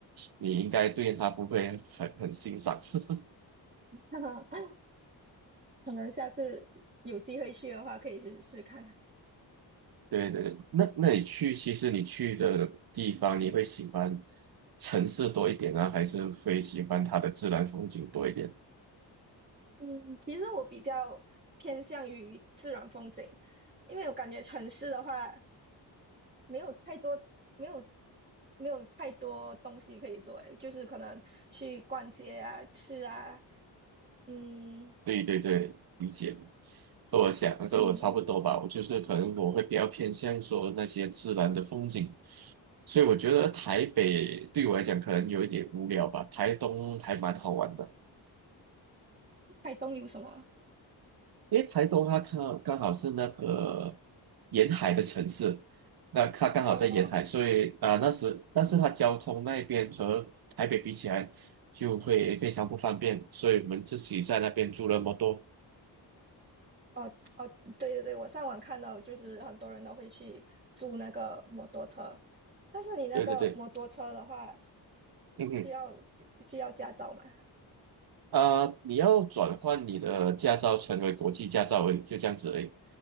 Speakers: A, on the right; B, on the right.
A: 你应该对它不会很很欣赏。<laughs>
B: <laughs> 可能下次有机会去的话，可以试试看。
A: 对对对，那那你去，其实你去的地方，你会喜欢城市多一点呢，还是会喜欢它的自然风景多一点？
B: 嗯，其实我比较偏向于自然风景，因为我感觉城市的话。没有太多，没有没有太多东西可以做，诶就是可能去逛街啊、吃啊，嗯
A: 对对对，理解。和我想和我差不多吧，
B: 嗯，
A: 我就是可能我会比较偏向说那些自然的风景，所以我觉得台北对我来讲可能有一点无聊吧，台东还蛮好玩的，
B: 台东有什么？
A: 因为台东它刚刚好是那个沿海的城市，那它刚好在沿海，
B: 哦
A: 所以啊、呃那时但是它交通那边和台北比起来就会非常不方便，所以我们自己在那边住那么多，
B: 哦哦，对对对，我上网看到，就是很多人都会去租那个摩托车，但是你那个摩托车的话，
A: 对对对，嗯哼。
B: 需要需要驾照吗？
A: 呃，你要转换你的驾照成为国际驾照而已就这样子而已，